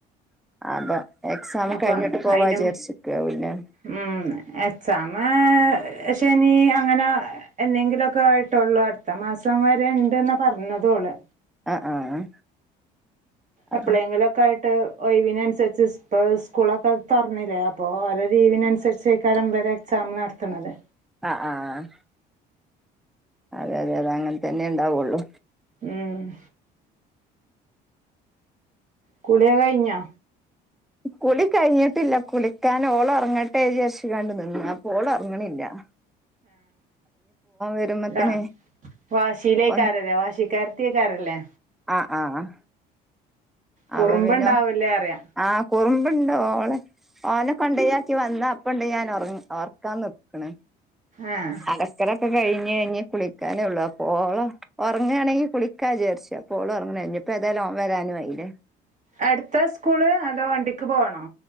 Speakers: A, in the centre; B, on the right.
A: അപ്പൊ എക്സാം
B: അപ്പോൾ
A: കഴിഞ്ഞിട്ട് പോവാ
B: അതിനും
A: വിചാരിച്ചിക്കാവുലെ
B: ഉം എക്സാമ് ശനി അങ്ങനെ എന്നെങ്കിലൊക്കെ ആയിട്ടുള്ളൂ അട്ത്ത മാസം വരെ ഇണ്ട്ന്നാ പറഞ്ഞതോള്
A: ആഹ് ആഹ് അത്
B: എപ്പളെങ്കിലൊക്കായി ട്ട് ഒഴിവിനനുസരിച്ച് സ്കൂളൊക്കെ തൊറന്നില്ലേ അപ്പോ ഓരെ ലീവിനനുസരിച്ചയ്ക്കാരം ഇവരെ. ശം നടത്തണത്
A: ആ ആ ആ അതെ അതെ അതെ അങ്ങനെ തന്നെ ഉണ്ടാവുള്ളൂ
B: ഉം കുളി കയ്ഞ്ഞൊ
A: കുളി കഴിഞ്ഞിട്ടില്ല. കുളിക്കാൻ ഓള് ഒറങ്ങട്ടെച്ചിക്കാണ്ട് നിന്ന് അപ്പൊ ഓള് ഒറങ്ങണില്ല. ആഹ് വരുമ്പത്തിന്
B: ആഹ് വാശീലക്കാരല്ലേ
A: ഓൻ
B: വാശിക്കാർ.. ത്തിക്കാരെല്ലേ.
A: ആഹ് ആഹ് ആഹ്
B: കുറുമ്പുണ്ടാവൂലേ
A: അപ്പ പിന്നെ
B: അറിയ
A: ആഹ് കുറുമ്പ്ണ്ടോ ഓളെ. ഓനെ കൊണ്ടയാക്കി വന്ന അപ്പ ണ്ട് ഞാന് ഒർക്കാൻ നിക്ണ്.
B: ആഹ്
A: അലക്കലൊക്കെ കഴിഞ്ഞ് ഞ്ഞ് കുളിക്കാനേള്ളു അപ്പോള.. ഒറങ്ങാണെങ്കിൽ കുളിക്കാ ചാരിച്ചു. അപ്പൊലൊർങ്ങണില്ല ഞ്ഞപ്പൊ ഏാതായാലും ഓൻ വരാനായില്ലേ.
B: അടുത്താ സ്കൂള് അതോ വണ്ടിക്ക് പോണോ?